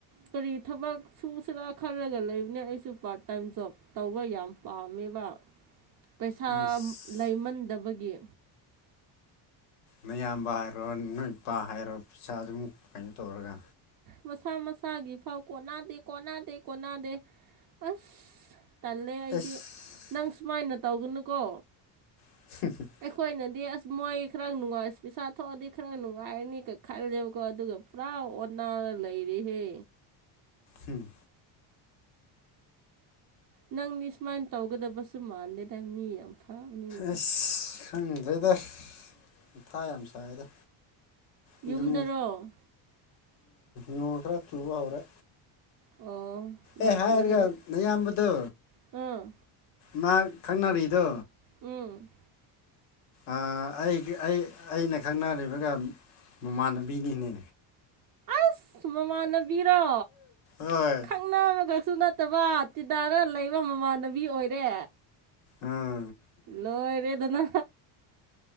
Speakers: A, on the right; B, on the left.
A: ꯀꯔꯤ ꯊꯕꯛ ꯁꯨꯁꯤꯔ ꯈꯜꯂꯒ ꯂꯩꯕꯅꯦ ꯑꯩꯁꯨ ꯄꯥꯔꯠ ꯇꯥꯏꯝ ꯖꯣꯕ, ꯇꯧꯕ ꯌꯥꯝ ꯄꯥꯝꯃꯦꯕ ꯄꯩꯁꯥ
B: ꯑꯁ
A: ꯂꯩꯃꯟꯗꯕꯒꯤ꯫
B: ꯃꯌꯥꯝꯕ ꯍꯥꯏꯔꯣ ꯅꯣꯏ ꯏꯄꯥ ꯍꯥꯏꯔꯣ ꯄꯩꯁꯥꯗꯨꯝ ꯀꯩꯅꯣ ꯇꯧꯔꯒ,
A: ꯃꯁꯥ ꯃꯁꯥꯒꯤ ꯐꯥꯎ ꯀꯣꯟꯅꯗꯦ ꯀꯣꯟꯅꯗꯦ ꯀꯣꯟꯅꯗꯦ꯫ ꯑꯁ ꯇꯜꯂꯦ ꯑꯩꯗꯤ
B: ꯑꯁ
A: ꯅꯪ ꯁꯨꯃꯥꯏꯅ ꯇꯧꯒꯅꯨꯀꯣ꯫
B: <unintelligible>
A: ꯑꯩꯈꯣꯏꯅꯗꯤ ꯑꯁ ꯃꯣꯏ ꯈꯔ ꯅꯨꯡꯉꯥꯏ ꯄꯩꯁꯥ ꯊꯣꯛꯑꯗꯤ ꯈꯔ ꯅꯨꯡꯉꯥꯏꯔꯅꯤꯀ ꯈꯜꯂꯦꯕꯀꯣ ꯑꯗꯨꯒ, ꯄꯨꯔꯥ ꯑꯣꯟꯅꯔ ꯂꯩꯔꯤꯍꯦ꯫
B: ꯍꯝ
A: ꯅꯪꯗꯤ ꯁꯨꯃꯥꯏꯅ ꯇꯧꯒꯗꯕꯁꯨ ꯃꯥꯟꯗꯦꯗ ꯃꯤ ꯌꯥꯝ ꯐꯕꯅꯤꯅ
B: ꯑꯁ ꯈꯪꯗ꯭ꯔ‌ꯦꯗ ꯃꯊꯥ ꯌꯥꯝ ꯁꯥꯏꯗ꯫ ꯑꯗꯨꯝ
A: ꯌꯨꯝꯗꯔꯣ
B: ꯅꯣꯡ ꯈꯔ ꯆꯨꯕ ꯍꯧꯔꯦ꯫
A: ꯑꯣ ꯅꯣꯡ
B: ꯑꯦ ꯍꯥꯏꯔꯒ
A: ꯆꯨꯔꯗꯤ
B: ꯅꯌꯥꯝꯕꯗꯣ
A: ꯑꯥ
B: ꯃꯥ ꯈꯪꯅꯔꯤꯗꯣ,
A: ꯎꯝ
B: ꯑꯥ ꯑꯩꯒꯤ ꯑꯩ ꯑꯩꯅ ꯈꯪꯅꯔꯤꯕꯒ ꯃꯃꯥꯟꯅꯕꯤꯅꯤꯅꯦ꯫
A: ꯑꯁ ꯃꯃꯥꯟꯅꯕꯤꯔꯣ
B: ꯍꯣꯏ
A: ꯈꯪꯅꯕꯒ ꯁꯨ ꯅꯠꯇꯕ ꯇꯤꯅꯔ ꯂꯩꯕ ꯃꯃꯥꯟꯅꯕꯤ ꯑꯣꯏꯔꯦ꯫
B: ꯑꯥ
A: ꯂꯣꯏꯔꯦꯗꯅ꯫